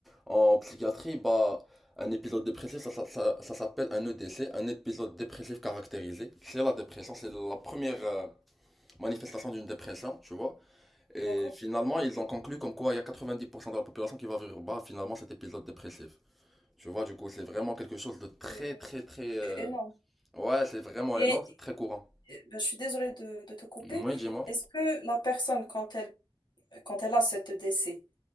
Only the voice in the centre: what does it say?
en psychiatrie, bah. Un épisode dépressif, ça, ça- ça- ça s'appelle un EDC, un épisode dépressif caractérisé. C'est la dépression, c'est la première euh, manifestation d'une dépression, tu vois. Et
finalement, ils ont conclu comme quoi il y a 90% de la population qui va vivre bas, finalement, cet épisode dépressif. Tu vois, du coup, c'est vraiment quelque chose de très,
très, très... euh,
Ouais, c'est vraiment
énorme, c'est très courant.
Oui, dis-moi.